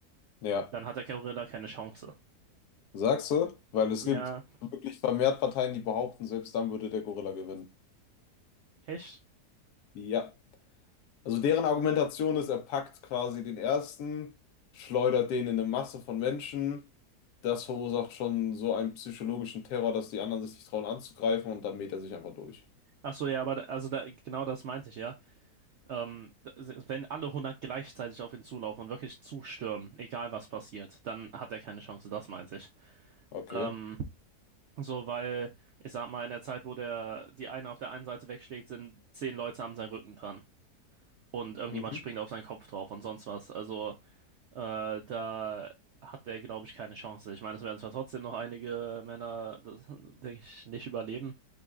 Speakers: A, on the left; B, on the right.
A: Ja,
B: dann hat der Gorilla keine Chance.
A: sagst du? Weil es
B: Ja,
A: gibt wirklich vermehrt Parteien, die behaupten, selbst dann würde der Gorilla gewinnen.
B: echt?
A: Ja. Also deren Argumentation ist, er packt quasi den ersten, schleudert den in eine Masse von Menschen. Das verursacht schon so einen psychologischen Terror, dass die anderen sich nicht trauen anzugreifen und dann mäht er sich einfach durch.
B: Ach so, ja, aber da- also da, genau das meinte ich ja. Ähm, da- wenn alle 100 gleichzeitig auf ihn zulaufen und wirklich zustürmen, egal was passiert, dann hat er keine Chance, das meinte ich.
A: Okay.
B: Ähm, so, weil ich sag mal, in der Zeit, wo der die eine auf der einen Seite wegschlägt, sind zehn Leute am seinen Rücken dran. und irgendjemand
A: Mhm.
B: springt auf seinen Kopf drauf und sonst was. Also äh, da hat der, glaube ich, keine Chance. Ich meine, es werden zwar trotzdem noch einige Männer, das, <laughs> denke ich, nicht überleben,